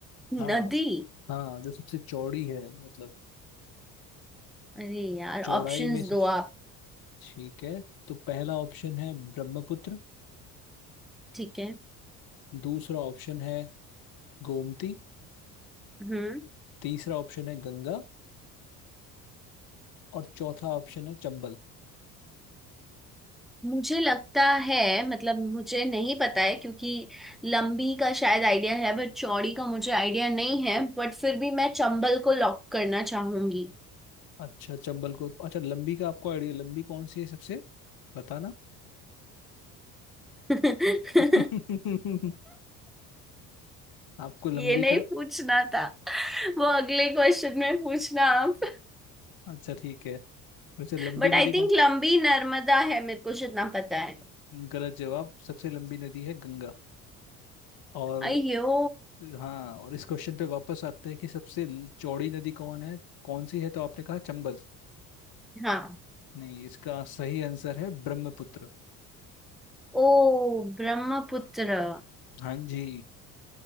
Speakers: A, in the centre; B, on the left (about 50°).
A: नदी
B: हाँ हाँ जो सबसे चौड़ी है मतलब
A: अरे यार
B: चौड़ाई
A: ऑप्शंस
B: में सबसे
A: दो आप
B: ठीक है तो पहला ऑप्शन है ब्रह्मपुत्र
A: ठीक है
B: दूसरा ऑप्शन है गोमती
A: हम्म
B: तीसरा ऑप्शन है गंगा और चौथा ऑप्शन है चंबल
A: मुझे लगता है मतलब मुझे नहीं पता है क्योंकि लंबी का शायद आइडिया है बट चौड़ी का मुझे आइडिया नहीं है बट फिर भी मैं चंबल को लॉक करना चाहूंगी
B: अच्छा चंबल को अच्छा लंबी का आपको आइडिया लंबी कौन सी है सबसे बताना
A: <laughs>
B: <laughs> आपको लंबी
A: ये नहीं
B: का
A: पूछना था वो अगले क्वेश्चन में पूछना आप
B: अच्छा ठीक है वैसे लंबी
A: बट
B: नदी
A: आई
B: कौन
A: थिंक लंबी नर्मदा है मेरे को जितना पता है
B: गलत जवाब सबसे लंबी नदी है गंगा और
A: अयो
B: हाँ और इस क्वेश्चन पे वापस आते हैं कि सबसे ल- चौड़ी नदी कौन है कौन सी है तो आपने कहा चंबल
A: हाँ
B: नहीं इसका सही आंसर है ब्रह्मपुत्र
A: ओ ब्रह्मपुत्र
B: हाँ जी